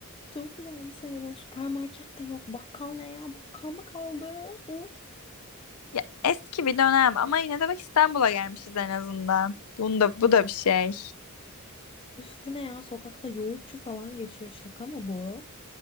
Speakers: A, on the left; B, on the left.
A: Çok güzel bir şey bu. Süpermarket de yok. Bakkal ne ya? Bakkal mı kaldı? Of.
B: Ya eski bir dönem ama yine de bak İstanbul'a gelmişiz en azından. Bunda bu da bir şey.
A: Üf bu ne ya? Sokakta yoğurtçu falan geçiyor. Şaka mı bu?